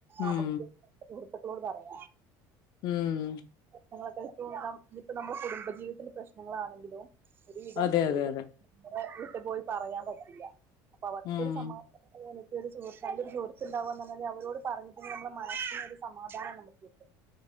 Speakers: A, on the left; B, on the right.
A: ഉം
B: നമുക്ക് സുഹൃത്തുക്കളോട് പറയ
A: ഉം
B: ഞളൊക്കെ <unintelligible> ഇനി ഇപ്പ നമ്മുടെ കുടുംബജീവിതത്തിൽ പ്രശ്നങ്ങളാണെങ്കിലും ഒരുവിധം
A: അതെ
B: സ്ത്രീ
A: അതെ
B: <unintelligible>
A: അതെ
B: ഇപ്പ വീട്ടി പോയി പറയാൻ പറ്റില്ല അപ്പ അവർക്കൊരു
A: ഉം
B: സമാധാനം പോലെ ഒരു സുഹൃത്ത് നല്ലൊരു സുഹൃത്തുണ്ടാവാന്നു പറഞ്ഞാല് അവരോട് പറഞ്ഞിട്ടെങ്കിൽ നമ്മടെ മനസ്സിന് ഒരു സമാധാനം നമുക്ക് കിട്ടും